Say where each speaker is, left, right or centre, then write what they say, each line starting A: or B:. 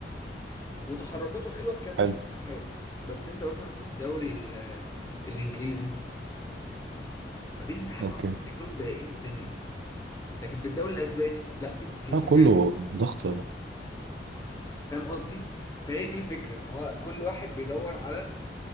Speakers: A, on the left; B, on the right.
A: وتحركاته حلوه كفي
B: حلو
A: المساحات بس انت مثلا في الدوري ال- الانجليزي مفيش مساحات
B: اوكي
A: اصلا بيكونوا مضايقين الدنيا لكن في الدوري الاسباني لا بيبقى في مساحات
B: اه كله ضغط
A: فاهم قصدي فهي دي الفكره ان هو كل واحد بيدور على